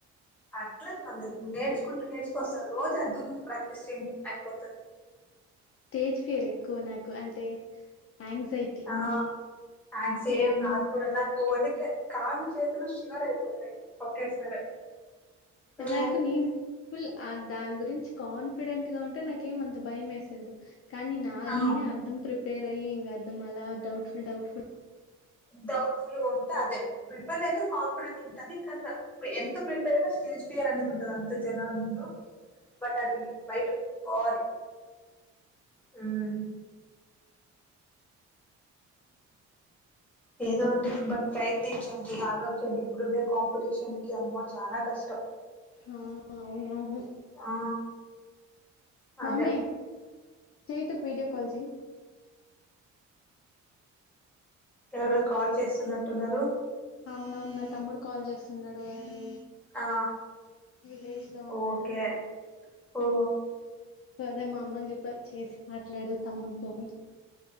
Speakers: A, in the centre; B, on the left.
A: అట్లా పర్లే నేర్చుకుంటూ నేర్చుకోొస్తా రోజు అద్ధం ముందు ప్రాక్టీస్ చేయండి అయిపోతది
B: స్టేజ్ ఫిర్ ఎక్కువ నాకు అంటే యాంగ్జైటీ.
A: ఆ అ సేమ్ నాకు కూడా నాకు ఓనుకే కాళ్లు చేతులు షివర్ అయిపోతాయి ఒకేసారి ఓ
B: నాకు నీను ఫుల్ ఆ దాని గురించి కాన్ఫిడెంట్ గా ఉంటే నాకేమంత భయం వేసేదు కానీ నా
A: ఆ
B: నేనే అర్ధం ప్రీ ిపేర్ అయి ఇంగ ద్ మళ్ళ డౌట్ఫుల్ డౌట్ఫుల్
A: డౌట్ఫుల్గా ఉంటే అదే ప్రిపేర్ అయితే కాన్ఫిడెంట్ ఉంటుంది కాన్నా ఎంత ప్రిపేర్ అయి స్టేజ్ ఫియర్ అనేది ఉంటది అంత జనాల ముందు బట్ అది బయట పారీ మ్ ఏదో అండి బట్ ప్రయత్నించండి హార్డ్ వర్క్ చేయండి ఇప్పుడుండే కాంపిటీషన్ కి అమ్మో చాలా కష్టం
B: ఆవును అవునవును
A: ఆ
B: మమ్మీ
A: అదే
B: చైతు కి వీడియో కాల్ చేయ
A: ఎవరో కాల్ చేస్తున్నట్టున్నారు
B: అవునవును నా తమ్ముడు కాల్ చేస్తున్నాడు వాడు
A: ఆ
B: విలేజ్ లో ఉన్నాడు
A: ఓకే ఓ
B: సో అదే మా అమ్మకి చెప్ప చేసి మాట్లాడు తమ్మునితోని